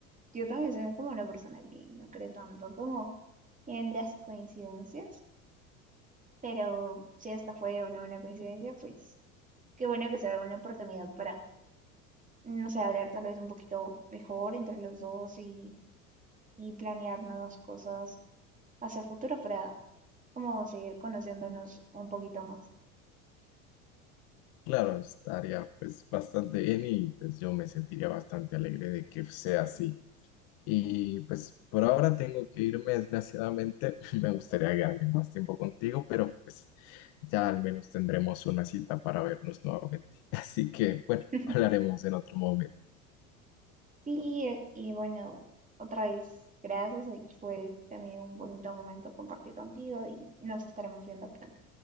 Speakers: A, on the right; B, on the left.
A: yo también soy como una persona que no cree tanto como en las coincidencias. Pero si esta fue o no una coincidencia, pues qué bueno que se da una oportunidad para, no sé, hablar tal vez un poquito mejor entre los dos y, y planear nuevas cosas hacia futuro para como seguir conociéndonos un poquito más.
B: Claro, estaría pues bastante bien y pues yo me sentiría bastante alegre de que sea así. Y pues por ahora tengo que irme, desgraciadamente. <laughs> Me gustaría quedarme más tiempo contigo, pero pues ya al menos tendremos una cita para vernos nuevamente. <laughs> Así que bueno,
A: <laughs>
B: hablaremos en otro momento.
A: Sí, eh, y bueno, otra vez, gracias. Hoy Fue también un bonito momento compartir contigo y nos estaremos viendo pronto.